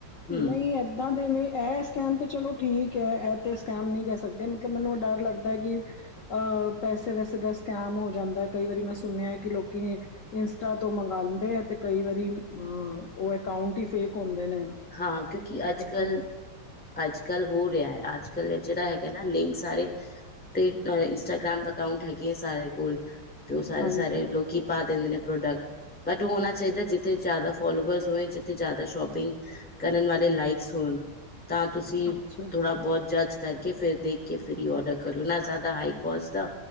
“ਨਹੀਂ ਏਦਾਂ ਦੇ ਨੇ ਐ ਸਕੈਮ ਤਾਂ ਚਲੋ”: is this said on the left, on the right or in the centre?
Left